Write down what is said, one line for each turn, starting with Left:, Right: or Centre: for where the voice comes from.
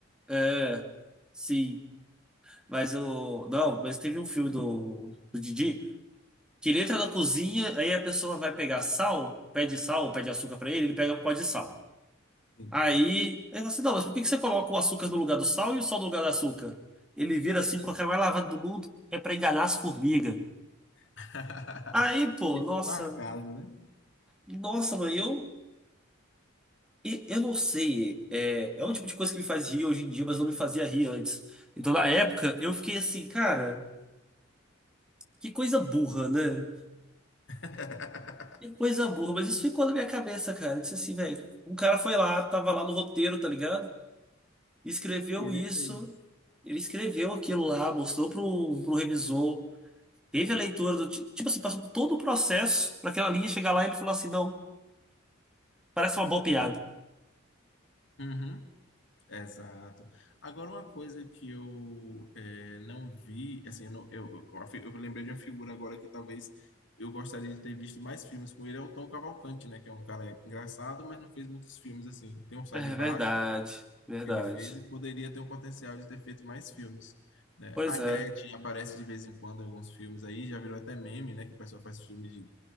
Centre: É, sim. Mas eu. Não, mas teve um filme do, do Didi que ele entra na cozinha, aí a pessoa vai pegar sal, pede sal, pede açúcar pra ele, ele pega um pó de sal.
Left: Sim.
Centre: Aí ele fala assim: não, mas por que que você coloca o açúcar no lugar do sal e o sal no lugar do açúcar? Ele vira assim com a cara mais lavada do mundo, é pra enganar as formigas.
Left: <laughs>
Centre: Aí, pô,
Left: Ficou
Centre: nossa,
Left: marcado, né?
Centre: nossa, mãe, eu. E eu não sei, é, é um tipo de coisa que me faz rir hoje em dia, mas não me fazia rir antes. Então, na época, eu fiquei assim, cara, que coisa burra, né?
Left: <laughs>
Centre: Que coisa burra, mas isso ficou na minha cabeça, cara. Eu disse assim, velho, um cara foi lá, tava lá no roteiro, tá ligado? Escreveu
Left: Ele
Centre: isso,
Left: fez.
Centre: ele escreveu aquilo lá, mostrou pro, pro revisor, teve a leitura do. ti- Tipo assim, passou por todo o processo pra aquela linha chegar lá e ele falou assim: não, parece uma boa piada.
Left: Uhum, Exato. Agora, uma coisa que eu eh, não vi, assim, eu, não- eu, eu, a fi- eu lembrei de uma figura agora que talvez eu gostaria de ter visto mais filmes com ele, é o Tom Cavalcante, né? Que é um cara engraçado, mas não fez muitos filmes, assim. Tem um Sai
Centre: É
Left: de Baixo,
Centre: verdade, verdade.
Left: que ele fez e poderia ter um potencial de ter feito mais filmes, né?
Centre: Pois
Left: A Gretchen
Centre: é,
Left: aparece de vez em quando em alguns filmes aí, já virou até meme, né? Que o pessoal faz filme de...